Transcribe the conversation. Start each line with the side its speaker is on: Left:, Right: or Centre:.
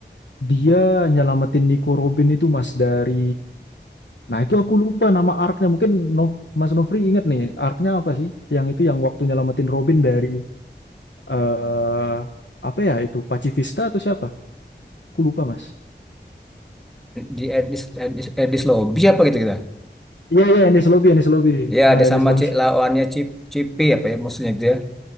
Left: dia nyelamatin Nico Robin itu Mas dari Nah itu aku lupa nama arc Mungkin no, Mas Nofri ingat nih arc-nya apa sih? Yang itu yang waktu nyelamatin Robin dari eh apa ya itu Pacifista atau siapa? Aku lupa Mas.
Centre: di Edis Edis, Edis Lobby apa gitu kita
Left: Iya iya Enies Lobby Enies Lobby.
Centre: Ya,
Left: Ah
Centre: ada
Left: Enies
Centre: sama
Left: Lobby.
Centre: C,
Left: <laughs>
Centre: lawannya Cip, Cipi apa ya musuhnya dia.